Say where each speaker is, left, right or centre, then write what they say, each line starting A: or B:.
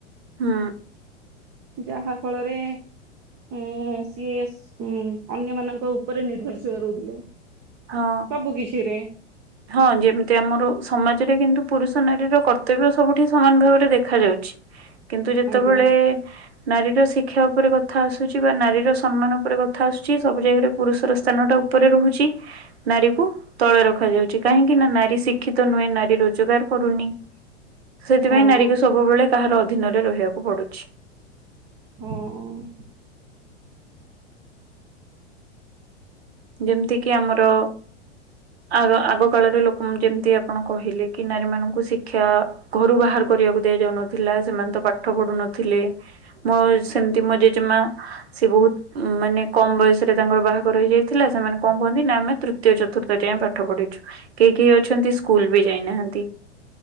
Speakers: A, on the right; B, on the right.
A: ହଁ
B: ଯାହା ଫଳରେ <unintelligible> ସିଏ ଅନ୍ୟ ମାନଙ୍କ ଉପରେ ନିର୍ଭରଶୀଳ ରହୁଥିଲେ।
A: ହଁ
B: ସବୁ କିଛିରେ
A: ହଁ! ଯେମିତି ଆମର ସମାଜରେ କିନ୍ତୁ ପୁରୁଷ ନାରୀର କର୍ତ୍ତବ୍ୟ ସବୁଠି ସମାନ ଭାବରେ ଦେଖା ଯାଉଛି। କିନ୍ତୁ ଯେତେବେଳେ
B: ଆଜ୍ଞା
A: ନାରୀର ଶିକ୍ଷା ଉପରେ କଥା ଆସୁଛି ବା ନାରୀର ସମ୍ମାନ ଉପରେ କଥା ଆସୁଛି ସବୁ ଜାଗାରେ ପୁରୁଷର ସ୍ଥାନ ଟା ଉପରେ ରହୁଛି ନାରୀକୁ ତଳେ ରଖାଯାଉଛି କାହିଁକି ନା ନାରୀ ଶି କ୍ଷିତ ନୁହେଁ ନାରୀ ରୋଜଗାର କରୁନି। ସେଥିପାଇଁ
B: ହଁ
A: ନାରୀ କୁ ସବୁ ସବୁବେଳେ କାହାର ଅଧୀନରେ ରହିବାକୁ ପଡୁଛି।
B: ହଁ ଅଁ।
A: ଯେମିତିକି ଆମର ଆଗ ଆଗ କାଳରେ ଲୋକମାନେ କେମତି ଆପଣ କହିଲେ କି ନାରୀ ମାନଙ୍କୁ ଶିକ୍ଷା ଘରୁ ବାହାର କରିବାକୁ ଦିଆଯାଉ ନଥିଲା ସେମାନେ ତ ପାଠ ପଢୁ ନଥିଲେ। ମୋର ସେମିତି ମୋ ଜେଜେମା ସିଏ ବହୁତ ମାନେ କମ ବୟସରେ ତାଙ୍କର ବାହାଘର ହେଇଯାଇ ଥିଲା। ସେମାନେ କଣ କୁହନ୍ତି ନା ଆମେ ତୃ ତୃତିୟ ଚତୁର୍ଥ ଯାଏ ପାଠ ପଢିଛୁ କେହି କେହି ଅଛନ୍ତି ସ୍କୁଲ ବି ଯାଇନାହାନ୍ତି।